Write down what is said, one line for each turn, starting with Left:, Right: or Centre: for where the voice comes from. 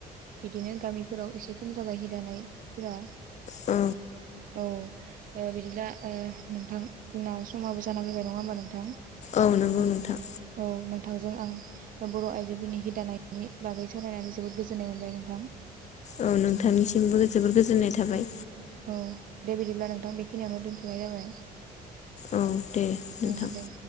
Right: बिदिनो गामिफोराव एसे खम जाबाय हि दानायफोरा
Left: औ
Right: औ ओ बिदिब्ला ओ नोंथां जोंना समाबो जाना फैबाय नङा होमबा नोंथां औ
Left: औ नंगौ नोंथां
Right: नों नोंथांजों आं बर' आइजोफोरनि हि दानायनि बागै सावरायनानै जोबोद गोजोननाय मोनबाय नोंथां
Left: औ नोंथांनिसिमबो जोबोर गोजोननाय थाबाय
Right: औ दे बिदिब्ला नोंथां बेखिनियावनो दोनथ'नाय जाबाय।
Left: औ दे नोंथां
Right: ओं दे